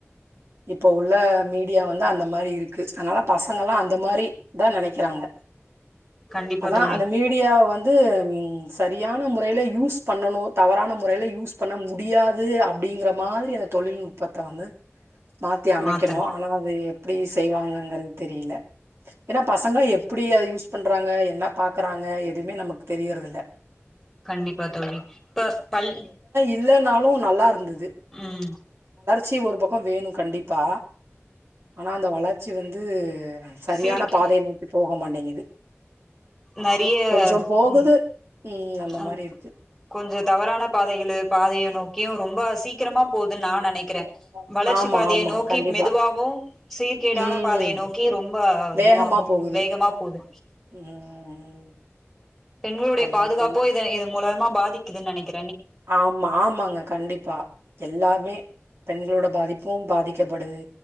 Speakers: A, on the right; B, in the centre.
A: இப்போ உள்ள மீ மீடியா வந்து அந்த மாதிரி இருக்கு அனால பசங்கல்லா அந்த மாரி தா நெனைக்கிறாங்க
B: கண்டிப்பா
A: அதா
B: தோழி
A: அந்த மீடியா வ து உம் சரியான முறையில யூஸ் பண்ணணு தவறான முறையில யூஸ் பண்ண முடியாது அப்டிங்கற மாதிரி அந்த தொலில்நுட்பத்த வந்து மாத்தி அமைக்கணு
B: மாத்தணு
A: ஆனா அது எப்படி செய்வாங்கங்கிற தெரியல ஏனா பசங்க எப்படி அத யூஸ் பண்றாங்க என்ன பாக்குறாங்க எதுவுமே நமக்கு தெரியறதுல
B: கண்டிபா தோழி இப்ப பல்
A: இல்லனாலு நல்லா இருந்தது
B: உம்
A: சி ஒரு பக்க வேணு கண்டிபா ஆனா அந்த வளர்ச்சி வந்து சரியான
B: சீர்கி
A: பாதையை நோக்கி போ போ மாட்டேங்குது
B: நறிய
A: கொஞ்சம் போகுது.
B: ம்
A: ம் அந்த
B: அம்
A: மாரி இருக்கு.
B: கொஞ்சோ தவறான பாதைகளு பாதைய நோக் கியு ரொம்பா சீக் கிரமா போதுன்னு நா நெனைக்கிறே
A: ம்.
B: வளர்ச்சி
A: ஆமா
B: பாதைய
A: ஆமா
B: நோக்கிப்
A: கண்டிப்பா.
B: மெதுவாவூ சீர்கேடான
A: ம்.
B: பாதைய நோக்கி ரொம்ப
A: வேகமா
B: இதுவாகு
A: போகுது.
B: வேகமா போது
A: ம்.
B: பெண்களுடைய
A: அதுதான்
B: பாதுகாப்போ
A: தோழி.
B: இதன் இது மூல மா பாதிக்குதுனு நெனைக்க
A: ஆமா ஆமாங்க கண்டிப்பா எல்லாமே பெண்களோட பாதிப்பூ பாதிக்கப்படுது